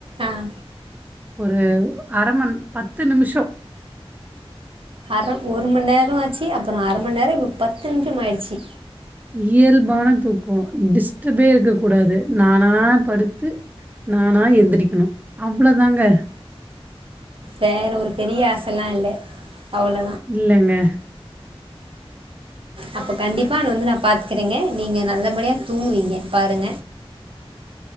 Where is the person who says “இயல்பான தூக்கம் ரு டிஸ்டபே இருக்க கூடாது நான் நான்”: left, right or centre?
Right